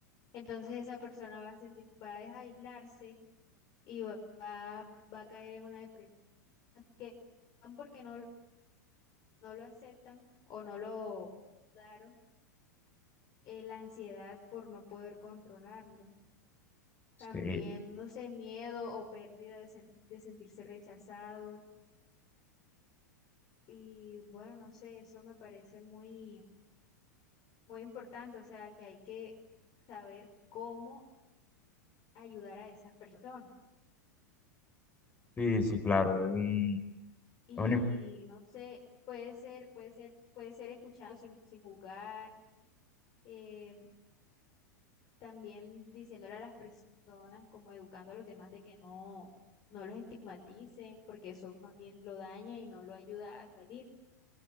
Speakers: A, on the left (about 40°); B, on the left (about 20°).
A: entonces esa persona va a sentir, va a aislarse y va, va va a caer en una depresión que no, porque no, no lo aceptan o no lo daron, eh, la ansiedad por no poder controlarlo.
B: Sí,
A: También, no sé, miedo o pérdida de, sen- de sentirse rechazado. Y bueno, no sé, eso me parece muy, muy importante. O sea, que hay que saber cómo ayudar a esas personas.
B: sí, sí, claro, es un,
A: Y
B: es una
A: no sé, puede ser, puede ser, puede ser escuchado sin, sin juzgar eh, También diciéndole a las personas, como educando a los demás de que no, no los estigmaticen, porque eso más bien lo daña y no lo ayuda a salir.